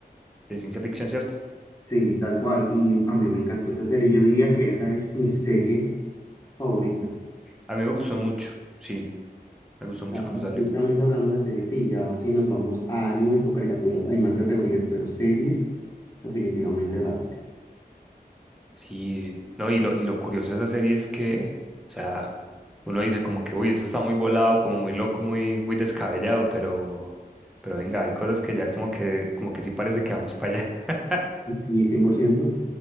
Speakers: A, in the centre; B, on the left.
A: de ciencia ficción, ¿cierto?
B: Sí, tal cual, y a mí me encantó esa serie, yo diría que esa es mi serie favorita.
A: A mí me gustó mucho, sí, me gustó mucho
B: sea,
A: cuando
B: estrictamente
A: salió.
B: hablando de series, sí, ya si nos vamos a animes o caricaturas, hay más categorías, pero series, definitivamente Dark.
A: Sí, no, y lo, y lo curioso de esa serie es que, o sea, uno dice como que, uy, eso está muy volado, como muy loco, muy, muy descabellado, pero, pero venga, hay cosas que ya como que, como que sí parece que vamos para allá. <laughs>
B: Y cien por ciento